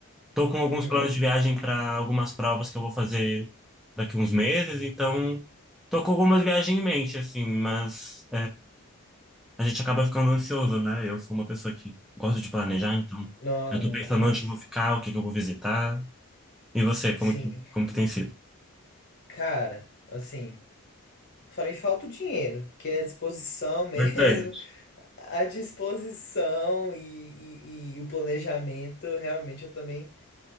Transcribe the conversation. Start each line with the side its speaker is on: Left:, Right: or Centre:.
Centre: Tô com alguns
Left: Uhum.
Centre: planos de viagem para algumas provas que eu vou fazer daqui uns meses, então tô com algumas viagens em mente assim, mas a gente acaba ficando ansioso, né? Eu sou uma pessoa que gosto de planejar, então
Left: Não,
Centre: eu tô
Left: não,
Centre: pensando
Left: demais.
Centre: onde eu vou ficar, o que que eu vou visitar. E você, como
Left: Sim.
Centre: que, como que tem sido?
Left: Cara, assim, só me falta o dinheiro, que é a disposição mesmo.
Centre: Importante.
Left: <laughs> A disposição e, e, e o planejamento, realmente eu também